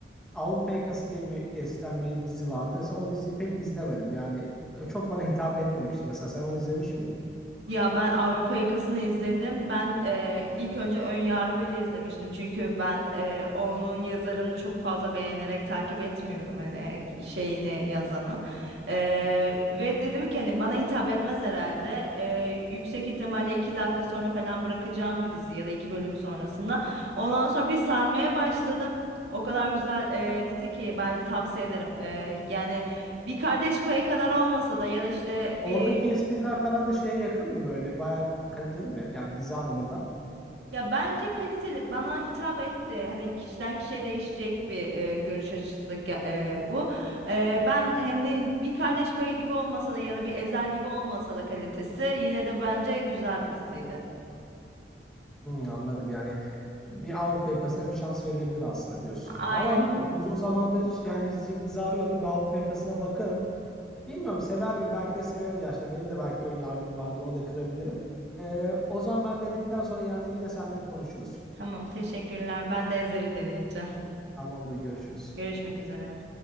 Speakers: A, in the centre; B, on the right.
A: Avrupa Yakası diye bir eskiden bir dizi vardı. Mesela o diziyi pek izlemedim. Yani Böyle çok bana hitap etmemişti. Mesela sen onu izlemiş miydin?
B: Ya ben Avrupa Yakası'nı izledim. Ben eee, ilk önce ön yargıyla izlemiştim. Çünkü ben eee, onun yazarını çok fazla beğenerek takip etmiyorum hani şeyini yazanın. Eee, ve dedim ki hani bana hitap etmez herhalde. Eee, yüksek ihtimalle iki dakika sonra falan bırakacağım bir dizi ya da iki bölüm sonrasında. Ondan sonra bir sarmaya başladım. O kadar güzel eee, dizi ki ben tavsiye ederim. Eee, yani bir kardeş payı kadar olmasa da ya da işte bir
A: Oradaki espriler falan da şeye yakın mı böyle? Bayağı kaliteli mi? Yani dizi anlamında.
B: Ya bence kaliteli bana hitap etti. Hani kişiden kişiye değişecek bir e, görüş açısı ge- e, bu. E, ben hani bir Kardeş Payı gibi olmasa da ya da bir Ezel gibi olmasa da kalitesi yine de bence güzel bir diziydi.
A: Hmm, anladım yani. Bir Avrupa yakasına bir şans verilebilir aslında diyorsun.
B: Aynen.
A: Vallahi bilmiyorum. Uzun zamandır hiç yani izleyecek dizi arıyordum. Bir Avrupa yakasına bakarım. Bilmiyorum sever miyim? Belki de severim gerçekten. Benim de belki ön yargım vardır. Onu da kırabilirim. Ee, o zaman ben denedikten sonra yani yine seninle bir konuşuruz.
B: Tamam teşekkürler. Ben de Ezel'i deneyeceğim.
A: Tamamdır, görüşürüz.
B: Görüşmek üzere.